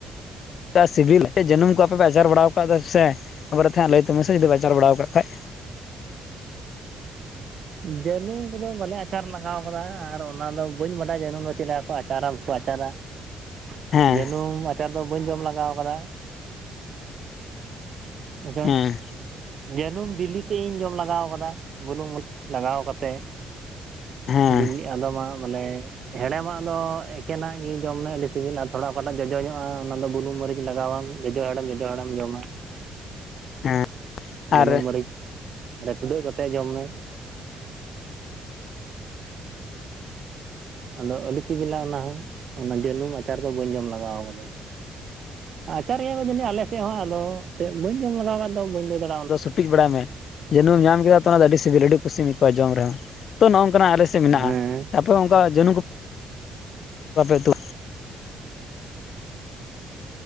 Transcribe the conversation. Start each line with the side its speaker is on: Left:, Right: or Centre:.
Left: ᱪᱮᱫᱟᱜ ᱥᱤᱵᱤᱞ ᱥᱮ ᱡᱟᱹᱱᱩᱢ ᱠᱚ ᱟᱯᱮ ᱯᱮ ᱟᱪᱟᱨ ᱵᱟᱲᱟᱣ ᱟᱠᱟᱫᱟ ᱥᱮᱥᱮᱜ ᱚᱱᱟ ᱵᱟᱨᱮ ᱛᱮ ᱦᱟᱸᱜ ᱞᱟᱹᱭ ᱛᱟᱵᱚᱱ ᱢᱮᱥᱮ ᱡᱩᱫᱤᱢ ᱟᱪᱟᱨ ᱵᱟᱲᱟᱣ ᱟᱠᱟᱫ ᱠᱷᱟᱡ
Right: ᱡᱟᱹᱱᱩᱢ ᱠᱚᱫᱚ ᱵᱟᱞᱮ ᱟᱪᱟᱨ ᱞᱟᱜᱟᱣ ᱠᱟᱫᱟ ᱟᱨ ᱚᱱᱟᱫᱚ ᱵᱟᱹᱧ ᱵᱟᱰᱟᱭᱟ ᱡᱟᱹᱱᱩᱢ ᱫᱚ ᱪᱮᱫ ᱞᱮᱠᱟ ᱠᱚ ᱟᱪᱟᱨᱟ ᱵᱟᱠᱚ ᱟᱪᱟᱨᱟ ᱾
Left: ᱦᱮᱸ
Right: ᱡᱟᱹᱱᱩᱢ ᱟᱪᱟᱨ ᱫᱚ ᱵᱟᱹᱧ ᱡᱚᱢ ᱞᱟᱜᱟᱣ ᱠᱟᱫᱟ᱾ <unintelligible>
Left: ᱦᱮᱸ
Right: ᱡᱟᱹᱱᱩᱢ ᱵᱤᱞᱤ ᱛᱤᱜ ᱤᱧ ᱡᱚᱢ ᱞᱟᱜᱟᱣ ᱟᱠᱟᱫᱟ ᱵᱩᱞᱩᱝ ᱢᱟᱹᱨᱤᱪ ᱞᱟᱜᱟᱣ ᱠᱟᱛᱮ
Left: ᱦᱮᱸ
Right: ᱵᱤᱞᱤ ᱟᱫᱚᱢᱟ ᱵᱚᱞᱮ ᱦᱮᱲᱮᱢᱟᱜ ᱫᱚ ᱮᱠᱮᱱᱟᱜ ᱜᱮ ᱡᱚᱢ ᱢᱮ ᱟᱹᱰᱤ ᱥᱤᱵᱤᱞ ᱟᱨ ᱛᱷᱚᱲᱟ ᱚᱠᱟᱴᱟᱜ ᱡᱚᱡᱚ ᱧᱚᱜᱼᱟ ᱚᱱᱟ ᱫᱚ ᱵᱩᱞᱩᱝ ᱢᱟᱹᱨᱤᱪ ᱞᱟᱜᱟᱣᱟᱢ ᱡᱚᱡᱚ ᱦᱮᱲᱮᱢ ᱡᱚᱡᱚ ᱦᱮᱲᱮᱢ ᱡᱚᱢᱟ
Left: ᱦᱮᱸ
Right: ᱵᱩᱞᱩᱝ
Left: ᱟᱨ
Right: ᱢᱟᱹᱨᱤᱪ ᱨᱮ ᱴᱩᱰᱟᱹᱜ ᱠᱟᱛᱮ ᱡᱚᱢ ᱢᱮ ᱟᱫᱚ ᱟᱹᱰᱤ ᱥᱤᱵᱤᱞᱟ ᱚᱱᱟ ᱦᱚᱸ ᱚᱱᱟ ᱡᱟᱹᱱᱩᱢ ᱟᱪᱟᱨ ᱫᱚ ᱵᱟᱹᱧ ᱡᱚᱢ ᱞᱟᱜᱟᱣ ᱟᱠᱟᱫᱟ ᱾ ᱟᱪᱟᱨ ᱜᱤᱭᱟ ᱠᱚ ᱡᱟᱹᱱᱤᱡ ᱟᱞᱮ ᱥᱮᱫ ᱦᱚᱸ ᱟᱞᱚ ᱮᱱᱛᱮᱜ ᱵᱟᱹᱧ ᱡᱚᱢ ᱞᱟᱜᱟᱣ ᱠᱟᱜ ᱫᱚ ᱵᱟᱹᱧ ᱞᱟᱹᱭ ᱫᱟᱲᱮᱜ
Left: ᱟᱫᱚ ᱥᱩᱴᱩᱡ ᱵᱟᱲᱟᱭ ᱢᱮ ᱡᱟᱹᱱᱩᱢ ᱧᱟᱢ ᱠᱮᱫᱟ ᱛᱚ ᱚᱱᱟᱫᱚ ᱟᱹᱰᱤ ᱥᱤᱵᱤᱞ ᱟᱹᱰᱤ ᱠᱩᱥᱤᱢ ᱟᱹᱭᱠᱟᱹᱣ ᱡᱚᱢ ᱨᱮᱦᱚᱸ ᱛᱚ ᱱᱚᱜᱼᱚᱭ ᱱᱚᱝᱠᱟᱱᱟᱜ ᱟᱞᱮ ᱛᱮ ᱢᱮᱱᱟᱜᱼᱟ
Right: ᱦᱮᱸ
Left: ᱟᱯᱮ ᱚᱝᱠᱟ ᱡᱟᱹᱱᱩ ᱠᱚ ᱵᱟᱯᱮ ᱛᱩ